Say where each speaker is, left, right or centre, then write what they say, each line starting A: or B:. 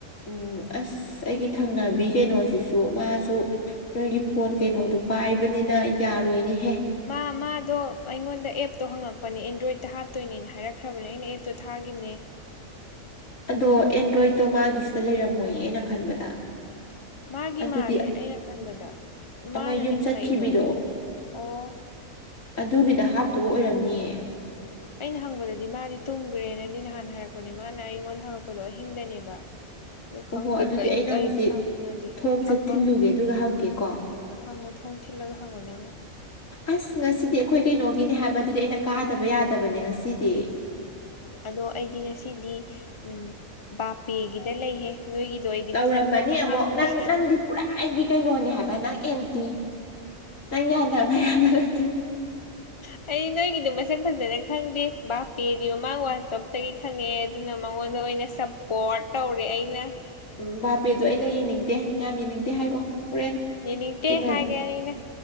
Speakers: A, on the left (about 70°); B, on the left (about 25°).
A: ꯎꯝ ꯑꯁ ꯑꯩꯒꯤ ꯊꯪꯅꯕꯤ ꯀꯩꯅꯣꯁꯤꯁꯨ ꯃꯥꯁꯨ꯫ ꯅꯣꯏꯒꯤ ꯐꯣꯟ ꯀꯩꯅꯣꯗꯨ ꯄꯥꯏꯕꯅꯤꯅ ꯌꯥꯔꯣꯏꯅꯤꯍꯦ
B: ꯃꯥ ꯃꯥꯗꯣ ꯑꯩꯉꯣꯟꯗ ꯑꯦꯞꯇꯣ ꯍꯪꯉꯛꯄꯅꯦ ꯑꯦꯟꯗ꯭ꯔꯣꯏꯗꯠꯇ ꯍꯥꯞꯇꯣꯏꯅꯦꯅ ꯍꯥꯏꯔꯛꯈ꯭ꯔꯕꯅꯦ ꯑꯩꯅ ꯑꯦꯞꯇꯣ ꯊꯥꯈꯤꯕꯅꯦ
A: ꯑꯗꯣ ꯑꯦꯟꯗ꯭ꯔꯣꯏꯗꯠꯇꯣ ꯃꯥꯒꯤꯁꯤꯗ ꯂꯩꯔꯝꯃꯣꯏꯌꯦꯅ ꯈꯟꯕꯗ
B: ꯃꯥꯒꯤ
A: ꯑꯗꯨꯗꯤ
B: ꯃꯥꯜꯂꯦ ꯑꯩꯅ ꯈꯟꯕꯗ ꯃꯥꯅꯅꯦ
A: ꯑꯃ ꯌꯨꯝ
B: ꯍꯪꯉꯛꯏꯗꯣ
A: ꯆꯠꯈꯤꯕꯤꯗꯣ
B: ꯑꯣ
A: ꯑꯗꯨꯒꯤꯗ ꯍꯥꯞꯇꯕ ꯑꯣꯏꯔꯝꯅꯤꯌꯦ
B: ꯑꯩꯅ ꯍꯪꯕꯗꯗꯤ ꯃꯥꯗꯤ ꯇꯨꯝꯈ꯭ꯔꯦꯅꯗꯤ ꯅꯍꯥꯟ ꯍꯥꯏꯔꯛꯄꯅꯦ ꯃꯥꯅ ꯑꯩꯉꯣꯟꯗ ꯍꯪꯉꯛꯄꯗꯣ ꯑꯍꯤꯡꯗꯅꯦꯕ ꯑꯗꯣ
A: ꯑꯣꯍꯣ
B: ꯈꯪꯗꯦ
A: ꯑꯗꯨꯗꯤ
B: ꯀꯩ
A: ꯑꯩꯅ
B: ꯀꯩꯗ
A: ꯍꯧꯖꯤꯛ
B: ꯍꯥꯞꯇꯣꯏꯅꯣꯗꯤ
A: ꯊꯣꯡꯁꯦ
B: ꯈꯥꯡꯉꯣ꯫
A: ꯊꯤꯜꯂꯨꯒꯦ ꯑꯗꯨꯒ ꯍꯪꯒꯦꯀꯣ
B: ꯍꯪꯉꯣ ꯊꯣꯡ ꯊꯤꯜꯂꯒ ꯍꯪꯉꯣ ꯅꯪꯅ
A: ꯑꯁ ꯉꯁꯤꯗꯤ ꯑꯩꯈꯣꯏ ꯀꯩꯅꯣꯒꯤꯅꯦ ꯍꯥꯏꯕ ꯑꯗꯨꯗꯤ ꯑꯩꯅ ꯀꯥꯗꯕ ꯌꯥꯗꯕꯅꯦ ꯉꯁꯤꯗꯤ꯫
B: ꯑꯗꯣ ꯑꯩꯗꯤ ꯉꯁꯤꯗꯤ ꯎꯝ ꯕꯥꯄꯦꯒꯤꯗ ꯂꯩꯍꯦ꯫ ꯅꯣꯏꯒꯤꯗꯣ ꯑꯩꯗꯤ
A: ꯇꯧꯔꯝꯃꯅꯤ
B: ꯃꯁꯛ
A: ꯑꯃꯨꯛ
B: ꯈꯪꯗꯦ꯫
A: ꯅꯪ ꯅꯪꯗꯤ ꯄꯨꯔꯥ ꯑꯩꯒꯤ ꯀꯩꯅꯣꯅꯦ ꯍꯥꯏꯕ ꯅꯪ ꯑꯦꯟꯇꯤ ꯅꯪ ꯌꯥꯟꯅꯕ ꯌꯥꯕ ꯅꯠꯇꯦ
B: ꯁ ꯑꯩ ꯅꯣꯏꯒꯤꯗꯣ ꯃꯁꯛ ꯐꯖꯅ ꯈꯪꯗꯦ ꯕꯥꯞꯄꯦꯗꯤ ꯃꯥꯃꯥꯡ ꯋꯥꯜꯀꯞꯇꯒꯤ ꯈꯪꯉꯛꯑꯦ ꯑꯗꯨꯅ ꯃꯉꯣꯟꯗ ꯑꯣꯏꯅ ꯁꯞꯄꯣꯔꯠ ꯇꯧꯔꯦ ꯑꯩꯅ
A: ꯎ ꯕꯥꯄꯦꯗꯨ ꯑꯩꯅ ꯌꯦꯡꯅꯤꯡꯗꯦ ꯌꯥꯝ ꯌꯦꯡꯅꯤꯡꯗꯦ ꯍꯥꯏꯀꯣ ꯍꯣꯔꯦꯟ
B: ꯌꯦꯅꯤꯡꯇꯦ
A: ꯀꯩꯅꯣꯗ
B: ꯍꯥꯏꯒꯦꯅꯤꯅ